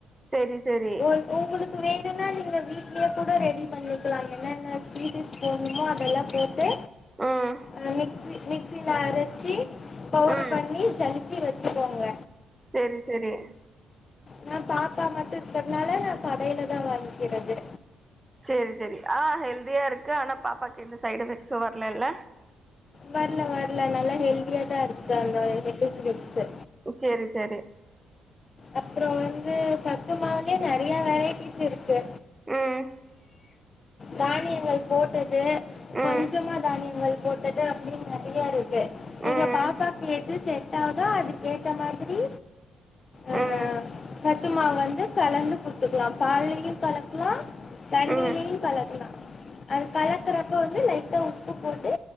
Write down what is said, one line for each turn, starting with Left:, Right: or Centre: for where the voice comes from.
Right: சேரி சேரி
Left: ஒரு உங்களுக்கு வேணுன்னா நீங்க வீட்லயே கூட ரெடி பண்ணிக்கலா என்னன்ன திங்ஸஸ் போட்னுமோ அதெல்லா போட்டு
Right: ம்
Left: அ மிக்ஸி மிக்சில அரச்சி பவுடர்
Right: ம்
Left: பண்ணி சலிச்சி வச்சுக்கோங்க
Right: சேரி சேரி
Left: நா பாப்பா மட்டு இருக்கறனாலா நா கடையிலதா வாங்கிக்கிறது
Right: சேரி சேரி, ஆ ஹெல்தியா இருக்கு ஆனா பாப்பாக்கு எந்த சைட் எஃபெக்ட்ஸும் வரலைல்ல
Left: வரல வரல நல்லா ஹெல்தியாதா இருக்கங்கா இந்த ட்ரிங்க் குடிச்சு
Right: உ சேரி சேரி
Left: அப்றோ வந்து சத்து மாவ்லே நெறையா வெரைட்டிஸ் இருக்கு
Right: ம்
Left: தானியங்கள் போட்டது கொஞ்சமா
Right: ம்
Left: தானியங்கள் போட்டது அப்டின் நெறியா இருக்கு நீங்க
Right: ம்
Left: பாப்பா கேட்டு செ ட்டாவுதா அது கேட்ட மாதிரி ஆ
Right: ம்
Left: சத்துமாவு வந்து கலந்து குடுத்துக்லாம் பால்லயு கலக்லா தண்ணிலியும்
Right: ம்
Left: கலக்கலா அது கலக்குறப்ப வந்து லைட்டா உப்பு போட்டு